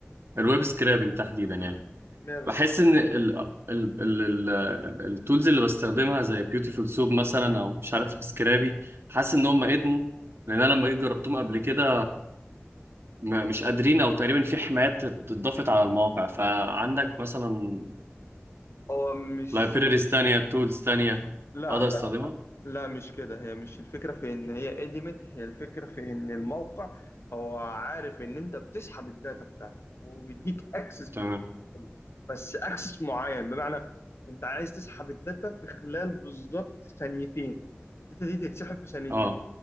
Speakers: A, on the right; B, on the left.
A: الويب
B: مم،
A: سكرابنج تحديدا يعني
B: ميرو
A: بحس ان ال ال ال ال التولز اللي بستخدمها زي بيوتيفول سوب مثلا او مش عارف سكرابي حاسس ان هم ادموا لان انا لما جيت جربتهم قبل كده م- مش قادرين او تقريبا في حمايات اتضافت على المواقع فعندك مثلا
B: هو مش
A: لايبريريز تانية تولز تانية
B: لا
A: اقدر
B: لا
A: استخدمها
B: لا مش كده هي مش الفكرة في إن هي قدمت هي الفكرة في إن الموقع هو عارف إن أنت بتسحب الداتا بتاعته ومديك أكسس بالكلام
A: تمام
B: ده كله بس أكسس معين بمعنى أنت عايز تسحب الداتا في خلال بالظبط ثانيتين الداتا دي تتسحب في ثانيتين
A: اه